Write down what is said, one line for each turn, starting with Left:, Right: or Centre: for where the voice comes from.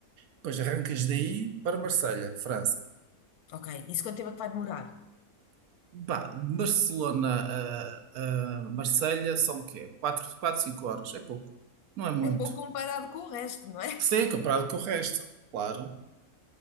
Right: depois arrancas daí para Marselha, França.
Left: Ok, isso quanto tempo é que vai demorar?
Right: Bah, Barcelona a, a Marselha são o quê? quatro quatro 5 horas, é pouco, não é muito.
Left: É pouco comparado com o resto, não é?
Right: Sim, comparado com o resto, claro.